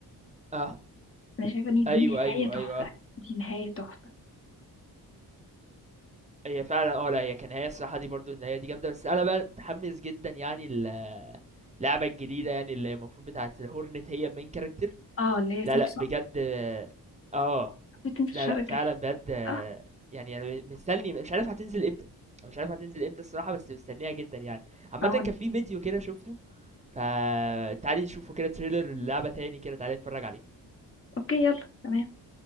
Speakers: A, on the right; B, on the left.
A: اه
B: أنا شايفة إن دي
A: ايوه
B: نهاية
A: ايوه
B: تحفة
A: ايوه
B: دي نهاية تحفة
A: هي فعلا اه لا هي كان هي الصراحة دي برضو النهاية دي جامدة بس أنا بقى متحمس جدا يعني ال اللعبه الجديده يعني اللي المفروض بتاعت الهورنت هي المين كاركتر
B: اه اللي هي
A: لا
B: سلسلة
A: لا بجد اه آه.
B: بتنزل
A: لا
B: شهر
A: لا
B: الجديد
A: فعلا بجد آه،
B: صح؟
A: يعني انا مستني مش عارف هتنزل امتى أنا مش عارف هتنزل امتى الصراحه بس مستنيها جدا يعني عامه
B: اه
A: كان
B: أنا-
A: في فيديو كده شفته فتعالي نشوفه كده تريلر اللعبه تاني كده تعالي نتفرج عليه
B: اوكي يلا تمام